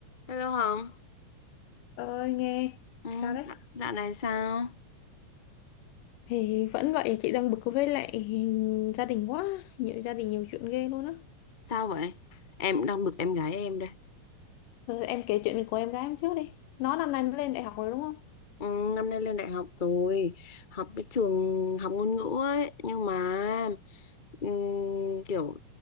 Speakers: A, on the left; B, on the left.
A: Hello Hồng,
B: ơi nghe
A: ừ,
B: sao đấy
A: dạ dạo này sao?
B: Thì vẫn vậy, chị đang bực với lại gia đình quá, nhiều gia đình nhiều chuyện ghê luôn á.
A: Sao vậy? Em đang bực em gái em đây.
B: Rồi em kể chuyện của em gái em trước đi. Nó năm nay nó lên đại học rồi đúng không?
A: Ừ, năm nay lên đại học rồi, học cái trường học ngôn ngữ ấy, nhưng mà ừm, kiểu